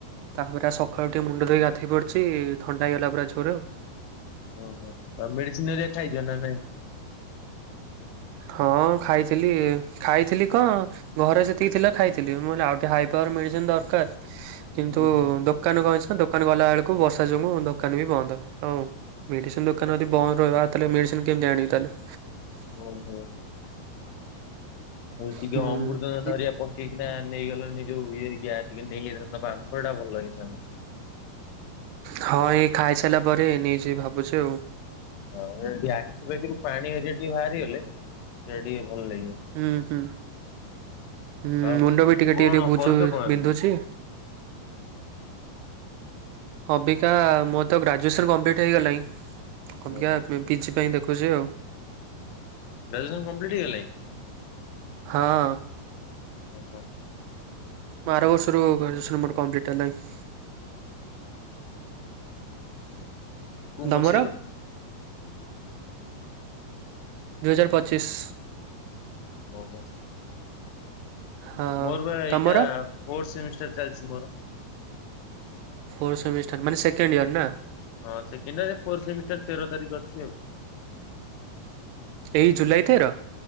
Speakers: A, on the right; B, on the left.
A: ତାପରା ସକାଳୁ ଟିକେ ମୁଣ୍ଡ ଧୋଇ ଗାଧୋଇ ପଡିଚଛି ଥଣ୍ଡା ହେଇଗଲା ପୁରା ଜୋର।
B: ଓହୋ ତ ମେଡିସିନ ହେରୀକା ଖାଇଯ ନା ନାଇଁ?
A: ହଁ ଖାଇଥିଲି ଖାଇଥିଲି କଣ? ଘରେ ସେତିକି ଥିଲା ଖାଇଥିଲି ଆଉ ଟିକିଏ ହାଇ ପାୱାର ମେଡିସିନ ଦରକାର। କିନ୍ତୁ
B: ହୁଁ ହୁଁ
A: ଦୋକାନ କଣ ହେଇଚି ନା ଦୋକାନ ଗଲା ବେଳକୁ ବର୍ଷା ଯୋଗୁ ଦୋକାନ ବି ବନ୍ଦ ହଉ ମେଡିସିନ ଦୋକାନ ଆଦି ବନ୍ଦ ରହିବ ତାଲେ ମେଡିସିନ କେମିତି ଆଣିବ ତାହେଲେ?
B: ହୁଁ ହୁଁ। ଟିକେ
A: ହୁଁ।
B: ଅମୃତ ବଞ୍ଜ ଧରି ଆସ। କିିନା ନେଇଗଲଣିି ଯୋଉ ଇ ଟିକେ ନେଇଯଇଥାନ୍ତା ବାମ୍ପ ଟା ଭଲ ହେଇଥାନ୍ତା।
A: ହଁ ଏଇ ଖାଇସାରିଲା ପରେ ନେଇଛି ଭାବୁଛି ଆଉ।
B: ହଁ ଟିକେ ଆଖିପଖିରୁ ପାଣି ଏରି ଟିକେ ବାହାରିଗଲେ ସେଇଟା ଟିକେ ଭଲ ଲାଗିବ।
A: ହୁଁ ହୁଁ। ଉଁ
B: ଆଉ
A: ମୁଣ୍ଡ ବି ଟିକେ
B: କଣ
A: ଟିକେ ଟ ବୁଝ
B: କରୁଛ କଣ
A: ବିନ୍ଧୁଛି।
B: ଏବେ?
A: ଅବିକା ମୋର ତ ଗ୍ରାଜୁଏସନ କମ୍ପ୍ଲିଟ ହେଇଗଲାଣି। ଅବିକା
B: ଓହୋ
A: ପିଜି ପାଇଁ ଦେଖୁଛି ଆଉ
B: ଗ୍ରଜୁଏସନ କମ୍ପିଟି ହେଇଲାଣି?
A: ହଁ
B: ଓହୋ।
A: ବାର ବର୍ଷରୁ ଗ୍ରାଜୁଏସନ ମୋର କମ୍ପଲିଟ ହେଲାଣି।
B: କୋଉ
A: ଦମର?
B: ମସିହାରୁ?
A: ଦୁଇହଜାର ପଚିଶ।
B: ଓହୋ।
A: ହଁ
B: ମୋର ବା ଏଇଟା
A: ତମର
B: ଫୋଥ ସେମିଷ୍ଟର ଚାଲିଛି ମୋର।
A: ଫୋଥ ସେମିଷ୍ଟାର ମାନେ ସେକେଣ୍ଡଇୟର ନା?
B: ହଁ ସେକିଣ୍ଡ ପୋର ସେମିଷ୍ଟାର ତେର ତାରିଖ ଅଛି ଆଉ।
A: ଏଇ ଜୁଲାଇ ତେର?